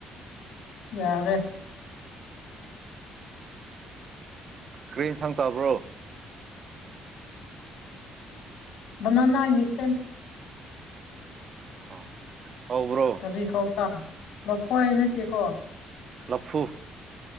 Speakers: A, on the left (about 80°); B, on the right (about 50°).
A: ꯌꯥꯔꯦ
B: ꯀꯔꯤ ꯏꯟꯁꯥꯡ ꯆꯥꯕ꯭ꯔꯣ
A: ꯕꯅꯅꯥ ꯒꯤ ꯏꯇꯦꯝ
B: ꯑ ꯍꯥꯎꯕ꯭ꯔꯣ
A: ꯀ꯭ꯔꯤ ꯀꯧꯄ꯭ꯔꯥ ꯂꯐꯣꯏ ꯅꯠꯇꯦꯀꯣ
B: ꯂꯐꯨ